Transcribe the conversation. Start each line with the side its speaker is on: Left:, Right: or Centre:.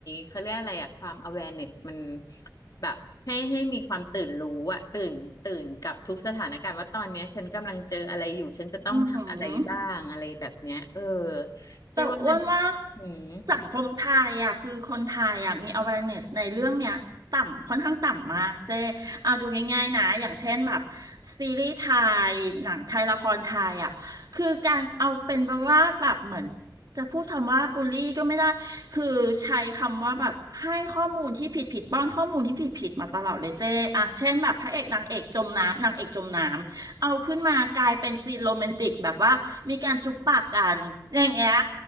Left: เขาเรียกอะไรอ่ะความ awareness มันแบบให้ให้มีความตื่นรู้อ่ะตื่นตื่นกับทุกสถานการณ์ว่าตอนเนี้ยฉันกำลังเจออะไรอยู่ฉันจะต้องทำอะไรบ้างอะไรแบบเนี้ยเออ
Right: อืม
Left: เจ๊ว่ามัน
Right: แต่อ้วนว่า
Left: อืม
Right: สังคมไทยอ่ะคือคนไทยอ่ะมี awareness ในเรื่องเนี้ยต่ำค่อนข้างต่ำมากเจ๊เอาดูง่ายๆนะอย่างเช่นแบบซีรีส์ไทยหนังไทยละครไทยอ่ะคือการเอาเป็นแบบว่าแบบเหมือนจะพูดคำว่าบูลลี่ก็ไม่ได้คือใช้คำว่าแบบให้ข้อมูลที่ผิดผิดป้อนข้อมูลที่ผิดผิดมาตลอดเลยเจ๊อ่ะเช่นแบบพระเอกนางเอกจมน้ำนางเอกจมน้ำ เอาขึ้นมากลายเป็นซีนโรแมนติกแบบว่ามีการจุ๊บปากกันอย่างเงี้ย